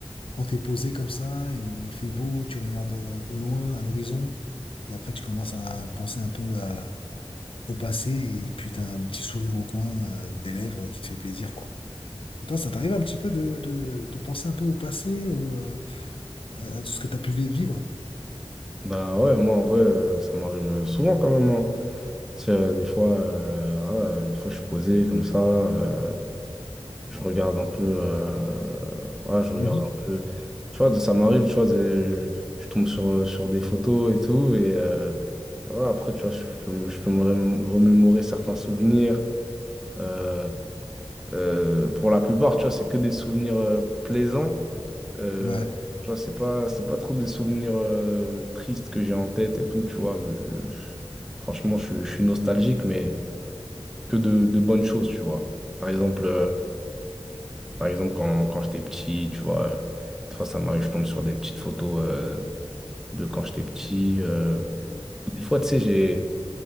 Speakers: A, on the left; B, in the centre.
A: quand tu es posé comme ça, il fait beau, tu regardes euh, au loin, à l'horizon, et après tu commences à penser un peu à- au passé, et puis tu as un petit sourire au coin euh, des lèvres qui te fait plaisir, quoi. Et toi, ça t'arrive un petit peu de, de, de penser un peu au passé ou euh, à tout ce que tu as pu vi- vivre?
B: Bah ouais, moi, en vrai, euh, ça m'arrive souvent quand même. hein. Tu sais, euh, des fois, euh, voilà, des fois, je suis posé comme ça. euh, Je regarde un peu. euh, ouais, je regarde
A: Oui.
B: un peu. Tu vois, ça m'arrive, tu vois, de- je tombe sur, euh, sur des photos et tout. Et euh, voilà, après, tu vois, je peux, me- je peux me rem- remémorer certains souvenirs. Euh, euh, pour la plupart, tu vois, c'est que des souvenirs euh, plaisants. Euh,
A: Ouais.
B: tu vois, c'est pas, c'est pas trop des souvenirs euh, tristes que j'ai en tête et tout, tu vois. Je- je- franchement, je, suis je suis nostalgique, mais que de, de bonnes choses, tu vois. Par exemple. euh, Par exemple, quand, quand j'étais petit, tu vois, euh, des fois ça m'arrive, je tombe sur des petites photos euh, de quand j'étais petit. euh. Des fois, tu sais, j'ai,